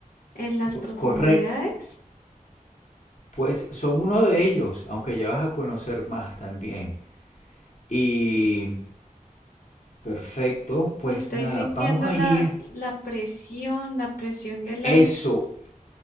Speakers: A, on the left (about 85°); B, on the left (about 55°).
A: en las profundidades.
B: correcto. Pues son uno de ellos, aunque ya vas a conocer más también. Y perfecto,
A: Estoy
B: pues nada,
A: sintiendo
B: vamos a
A: la,
B: ir.
A: la presión, la presión de la
B: Eso,